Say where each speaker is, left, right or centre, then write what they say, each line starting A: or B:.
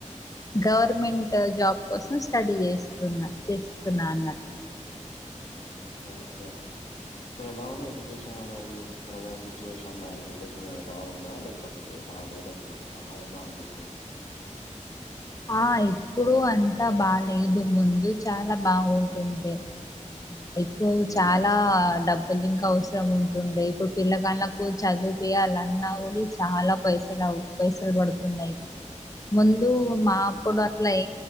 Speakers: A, on the left; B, on the left.
A: గవర్మెంట్ జాబ్ కోసం స్టడీ చేస్తున్నా చేస్తున్నా అన్నట్టు
B: ఒకే ఒకే ఇప్పుడు ఎలా ఉంది. ఎడ్యుకేషన్ అనేది ప్రజెంట్ సిచ్యువేషన్లో ఎడ్యుకేషన్ అనేది బాగుంద లేకపోతే బాగ లేదనుకుంటున్నావ ఎలా అనిపిస్తుంది.
A: ఆ ఇప్పుడు అంతా బాలేదు ముందు చాలా బాగుంటుంటే ఎక్కువ
B: హ్మ్.
A: చాలా డబ్ ఇంక అవసరం ఉంటుండే ఇప్పుడు పిల్ల గాళ్ళకు చదువు పియాలన్న కూడ చాలా పైసలు పైసలు పడుతున్నాయి. ముందు మా
B: హ్మ్.
A: అప్పుడు
B: అవును.
A: అట్ల ఎ